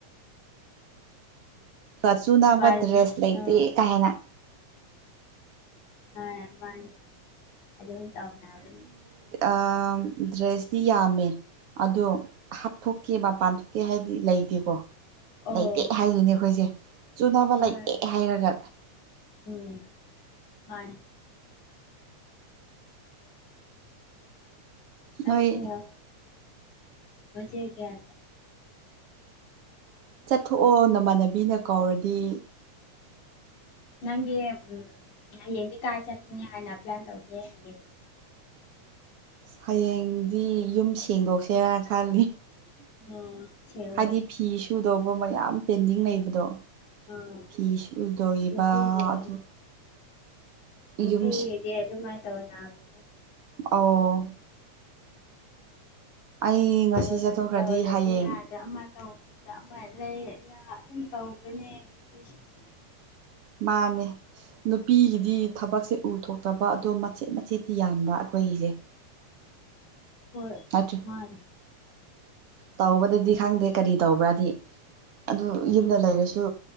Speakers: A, on the right (about 55°); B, on the left (about 75°).
A: ꯆꯥꯁꯨꯨ ꯅꯥꯅꯕ
B: ꯄꯥꯔꯁꯨ
A: ꯗ꯭ꯔꯦꯁ ꯂꯩꯇꯦ
B: ꯑꯥ
A: ꯀꯥ ꯍꯦꯟꯅ
B: ꯑ ꯃꯥꯅꯤ ꯑ ꯇꯧꯅꯅꯤ
A: ꯑ ꯗ꯭ꯔꯦꯁꯇꯤ ꯌꯥꯝꯃꯦ ꯑꯗꯣ ꯍꯥꯞꯊꯣꯛꯀꯦ ꯃꯄꯥꯟ ꯊꯣꯛꯣꯛꯀꯦ ꯍꯥꯏꯗꯤ ꯂꯩꯇꯦꯀꯣ
B: ꯑꯣ
A: ꯂꯩꯇꯦ ꯍꯥꯏꯗꯨꯣꯏꯅꯦ ꯑꯩꯈꯣꯏꯁꯦ ꯆꯨꯅꯕ
B: ꯍꯣꯏ
A: ꯂꯩꯇꯦ ꯍꯥꯏꯔꯒ
B: ꯎꯝ ꯃꯥ ꯑꯥꯏꯅ
A: ꯅꯣꯏ
B: ꯃꯖꯦꯒꯦꯥ
A: ꯆꯠꯊꯣꯛꯑꯣ ꯅꯃꯥꯟꯅꯕꯤꯅ ꯀꯧꯔꯗꯤ
B: ꯅꯪꯒꯤ ꯎꯝ ꯍꯌꯦꯡꯗꯤ ꯀꯥꯏ ꯆꯠꯇꯅꯤ ꯍꯥꯏꯅ ꯄ꯭ꯂꯥꯟ ꯇꯧꯒꯦ ꯍꯌꯦꯡ
A: ꯍꯌꯦꯡꯗꯤ ꯌꯨꯝ ꯁꯦꯡꯗꯣꯛꯁꯦꯔ ꯈꯜꯂꯤ
B: ꯑꯣ ꯁꯦꯜ
A: ꯍꯥꯏꯗꯤ ꯐꯤ ꯁꯨꯗꯧꯕ ꯃꯌꯥꯝ ꯄꯦꯟꯗꯤꯡ ꯂꯩꯕꯗꯣ
B: ꯑꯥ
A: ꯐꯤꯤꯁ ꯎꯗꯣꯏꯕ
B: ꯅꯨꯄꯤꯒꯤ
A: ꯑꯗꯨ
B: ꯅꯨꯄꯤꯗꯤ
A: ꯌꯨꯝ
B: ꯑꯗꯨꯃꯥꯏꯅ ꯇꯧ ꯅꯥꯕ
A: ꯑꯣ ꯑꯩ ꯉꯁꯤ
B: ꯍꯣꯏꯕꯨ
A: ꯆꯠꯊꯣꯛꯈ꯭ꯔꯗꯤ
B: ꯇꯧꯗꯗꯤꯦ
A: ꯍꯌꯦꯡ
B: ꯌꯥꯗ ꯑꯃ ꯇꯧ ꯑꯃ ꯂꯩ ꯑꯩꯅ ꯑꯗꯨꯝ ꯇꯧꯕꯅꯦ ꯅꯨꯄꯤꯁꯤꯡꯗꯤ
A: ꯃꯥꯅꯦ ꯅꯨꯄꯤꯒꯤꯗꯤ ꯊꯕꯛꯁꯦ ꯎ ꯊꯣꯛꯇꯕ ꯑꯗꯣ ꯃꯆꯦꯠ ꯃꯆꯦꯠ ꯌꯥꯟꯕ ꯑꯩꯈꯣꯏꯒꯤꯁꯦ
B: <unintelligible> ꯍꯣꯏ
A: ꯑꯆꯥ
B: ꯃꯥꯅꯦ
A: ꯇꯧꯕꯗꯗꯤ ꯈꯪꯗꯦ ꯀꯔꯤ ꯇꯧꯕ꯭ꯔꯥꯗꯤ ꯑꯗꯨ
B: ꯎꯝ
A: ꯌꯨꯝꯗ ꯂꯩꯔꯁꯨ